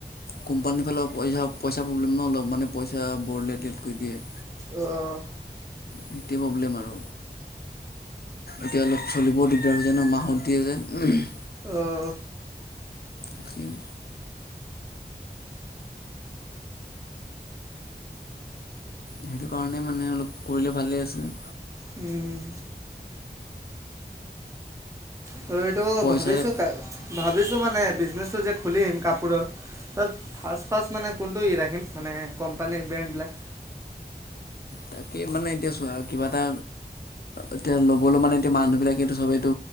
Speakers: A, on the left; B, on the right.
A: কোম্পানীৰ ফালে পইচা পইচা প্ৰব্লেম ন অলপ মানে পইচা বৰ লেট লেট কৰি দিয়ে।
B: অহ।
A: সেইটোৱ প্ৰব্লেম আৰু এতিয়া অলপ চলিবও দিগদাৰ হৈছে হৈছে ন মাহত দিয়ে যে।
B: অহ।
A: ৰাখিম সেইটো কাৰণে মানে অলপ কৰিলে ভালে আছে।
B: উম ত এইটো
A: পইচাৰে
B: ভাবিছো ক ভাবিছো মানে বিজনেচটো যে খুলিম ক পৰা তাত ফাৰ্ষ্ট ফাৰ্ষ্ট মানে ফোনটো ই ৰাখিম মানে কোম্পানীৰ ব্ৰেণ্ডবিলাক।
A: তাকেই মানে এতিয়া চোৱা কিবা এটা এতিয়া ল'বলৈ মানে এতিয়া মানুহ বিলাকেটো চবেইটো